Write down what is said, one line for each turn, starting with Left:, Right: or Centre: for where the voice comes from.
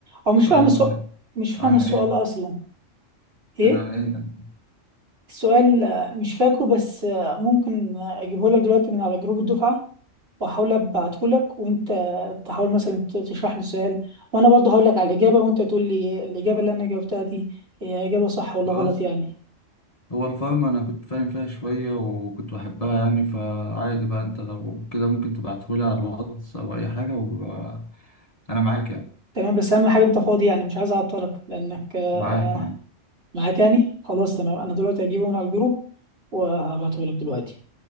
Right: او مش
Left: سؤال
Right: فاهم السؤال مش فاهم
Left: عن
Right: السؤال
Left: ايه
Right: اصلا ايه
Left: كان عن ايه كان
Right: السؤال آه، مش فاكره بس آه، ممكن آه، اجيبه لك دلوقتي من على جروب الدفعه واحاول ابعته لك وانت تحاول مثلا ت- تشرح لي السؤال وانا برضه هقول لك على الاجابه وانت تقول لي الاجابه اللي انا جاوبتها دي هي اجابه صح ولا
Left: خلاص
Right: غلط يعني
Left: هو الفارما أنا كنت فاهم فيها شوية وكنت بحبها يعني فعادي بقى أنت لو كده ممكن تبعتهولي على الواتس أو أي حاجة وأنا معاك يعني
Right: تمام بس اهم حاجه انت فاضي يعني مش عايز اعطلك لانك آه،
Left: معاك معاك
Right: معاك يعني خلاص تمام انا دلوقتي هجيبه من على الجروب وهبعته لك دلوقتي